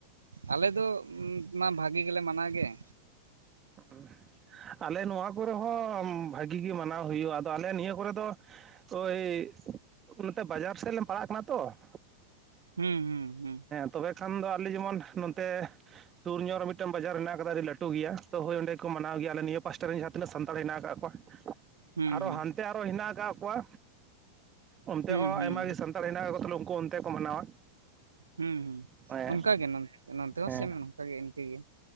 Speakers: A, on the right; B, on the right.
A: ᱟᱞᱮ ᱫᱚ ᱢᱟ ᱵᱷᱟᱹᱜᱤ ᱜᱮᱞᱮ ᱢᱟᱱᱟᱣ ᱜᱮᱭᱟ᱾
B: <unintelligible> ᱟᱞᱮ ᱱᱚᱣᱟ ᱠᱚᱨᱮ ᱦᱚᱸ ᱵᱷᱟᱹᱜᱤ ᱜᱮ ᱢᱟᱱᱟᱣ ᱦᱩᱭᱩᱜᱼᱟ, ᱟᱫᱚ ᱟᱞᱮ ᱱᱤᱭᱟᱹ ᱠᱚᱨᱮ ᱫᱚ ᱳᱭ ᱱᱚᱛᱮ ᱵᱟᱡᱟᱨ ᱥᱮᱫ ᱞᱮ ᱯᱟᱲᱟᱜ ᱠᱟᱱᱟ ᱛᱚ ᱾
A: ᱦᱩᱸ ᱦᱩᱸ ᱦᱩᱸ ᱾
B: ᱛᱚᱵᱮ ᱠᱷᱟᱱ ᱫᱚ ᱟᱞᱮ ᱡᱮᱢᱚᱱ ᱱᱚᱛᱮ ᱥᱩᱨ ᱧᱚᱜ ᱢᱤᱫᱴᱟᱝ ᱵᱟᱡᱟᱨ ᱦᱮᱱᱟᱜ ᱟᱠᱟᱫᱟ ᱟᱹᱰᱤ ᱞᱟᱹᱴᱩ ᱜᱮᱭᱟ ᱛᱚ ᱦᱳᱭ ᱚᱸᱰᱮ ᱢᱟᱱᱟᱣ ᱜᱮᱭᱟ ᱟᱞᱮ ᱱᱤᱭᱟᱹ ᱯᱟᱥᱴᱟ ᱨᱮᱱ ᱡᱟᱦᱟᱸ ᱛᱤᱱᱟᱹᱜ ᱥᱟᱱᱛᱟᱲ ᱦᱮᱱᱟᱜ ᱟᱠᱟᱫ ᱠᱚᱣᱟ ᱾
A: ᱦᱩᱸ
B: ᱟᱨᱚ
A: ᱦᱩᱸ
B: ᱦᱟᱱᱛᱮ ᱟᱨᱚ ᱦᱮᱱᱟᱜ ᱟᱠᱟᱜ ᱠᱚᱣᱟ᱾ ᱚᱱᱛᱮ
A: ᱦᱩᱸ
B: ᱦᱚᱸ
A: ᱦᱩᱸ ᱦᱩᱸ
B: ᱟᱭᱢᱟ ᱜᱮ ᱥᱟᱱᱛᱟᱲ ᱦᱮᱱᱟᱜ ᱠᱟ ᱠᱚᱣᱟ ᱛᱟᱦᱚᱞᱮ ᱩᱱᱠᱩ ᱚᱱᱛᱮ ᱠᱚ ᱢᱟᱱᱟᱣᱟ᱾
A: ᱦᱩᱸ ᱦᱩᱸ
B: ᱦᱮᱸ
A: ᱚᱱᱠᱟ ᱜᱮ ᱱᱚᱛᱮ ᱦᱚᱸ
B: ᱦᱮᱸ
A: ᱥᱮᱢ ᱾ ᱚᱱᱠᱟᱜᱮ ᱤᱱᱠᱟᱹ ᱜᱮ